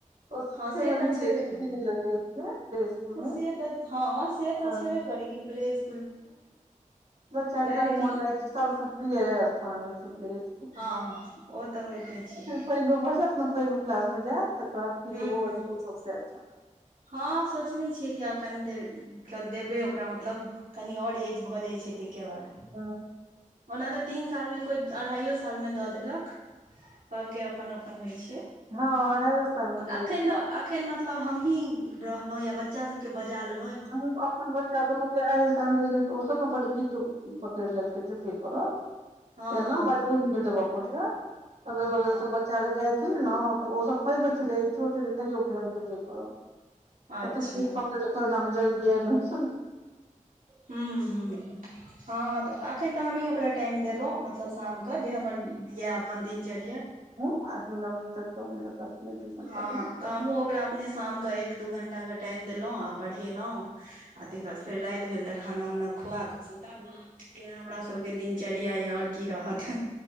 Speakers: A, on the right; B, on the right.
A: ओ सिखै
B: हँ से
A: लए
B: तऽ
A: नहि
B: छेबे
A: जाइ छै
B: कर
A: खेलै लए जाइ छै प्ले स्कूल मे
B: से तऽ हँ से तऽ
A: हँ
B: छबे करै कि प्लेज
A: बच्चा के बड्ड
B: लेकिन
A: मोन लागै छै सबसे प्रिय स्थान होइ छै प्लेस
B: हँ हँ ओ तऽ होइते छै
A: पैगो भऽ जैत न पैगो क्लास मे जायत तऽ कहत कि
B: हूँ
A: जे ओ
B: हूँ
A: इसकुल सब से अच्छा
B: हँ सोचने छियै कि आब कनि देर देबै ओकरा मतलब तनि आओर एज भऽ जाइ छै ताहिके बाद।
A: ओ
B: ओना तऽ तीन साल मे कोय अढ़ाइयो साल मे दऽ देलक। सबके अपन-अपन होय छै।
A: हँ अढ़ाइयो साल मे दै
B: अखन
A: छै।
B: तऽ अखन मतलब हमही रहलहुँं या बच्चा सबके बजा लेलो
A: हम अपन बच्च दुनू के सम त ओस ब खिू पकड़ लेललक जे भी करो
B: हँ
A: त ने
B: हँ
A: मजबूरीमे जबब अगल
B: हँ
A: बगल से बच्चा- चल जाइ छलै ने तऽ ओसभ पैघ छलै ई छोटै छै तैयो क हम जेबे करब।
B: अच्छा
A: कते जीद पकर लतऽ एना मे जल्दीये एडमिशन।
B: हूॅं-हूॅं-हूॅं हाॅं तऽ एखन तऽ हमही ओकरा टाइम देलहुँ म मतलब
A: करेलकै
B: शाम क जे हमर दिय दिनचर्या।
A: आद महीना मे तक हमर बच्चा सब। नहि ट्यूशन
B: हाॅं
A: पढ़लक
B: तऽ हमहूँ ओकरा अपने शामके एक दू घंटाके टाइम देलहुँ आ पढ़ेलहुँ। आते काल फेर राति भेल तऽ खाना उना खुआ कऽ सुता देलहुॅं। इहा हमरा सबके दिनचर्या य और की रहत